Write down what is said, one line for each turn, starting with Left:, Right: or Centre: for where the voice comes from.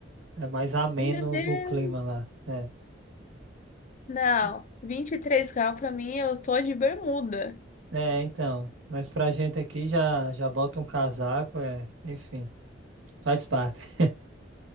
Right: é mais ameno
Left: Meu Deus!
Right: o clima lá. É,
Left: Não,
Right: Que-
Left: 23 graus pra mim, eu tô de bermuda.
Right: é então. Mas pra gente aqui já, já bota um casaco, é, enfim, faz parte. <laughs>